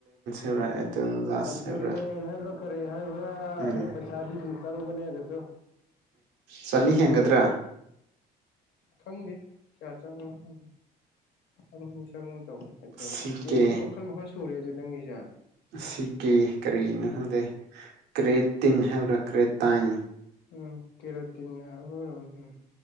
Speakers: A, on the right; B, on the left.
A: ꯍꯥꯏꯕ꯭ꯔꯥ ꯑꯦꯗꯣꯂꯥꯁ
B: ꯗꯣꯂꯦꯟ
A: ꯍꯥꯏꯕ꯭ꯔꯥ
B: ꯍꯥꯏꯕ꯭ꯔ ꯀꯔꯤ ꯍꯥꯏꯕ꯭ꯔ
A: ꯎꯝ
B: ꯑꯗꯨ ꯄꯩꯁꯥꯗꯤ <unintelligible> ꯆꯪꯕꯅꯦ ꯑꯗꯨꯁꯨ꯫
A: ꯆꯅꯤ ꯍꯦꯟꯒꯗ꯭ꯔꯥ꯫
B: ꯈꯪꯗꯦ ꯀꯌꯥ ꯆꯪꯕꯅꯣ <unintelligible> <unintelligible>
A: ꯁꯤ
B: ꯇꯦꯁꯇꯤ
A: ꯀꯦ
B: ꯃꯈꯜ ꯃꯈꯜ ꯁꯨꯔꯦ ꯑꯗꯨ ꯅꯪꯒꯤꯁꯦ꯫
A: ꯁꯤ ꯀꯦ ꯀꯔꯤꯅꯣ ꯈꯪꯗꯦ ꯀ꯭ꯔꯦ ꯇꯤꯟ ꯍꯥꯏꯕ꯭ꯔꯥ ꯀ꯭ꯔꯦ ꯇꯥꯏꯟ꯫
B: ꯎꯝ ꯀꯦꯔꯣꯇꯤꯟ ꯍꯥꯏꯕ ꯑꯣꯏꯔꯝ ꯎꯝ꯫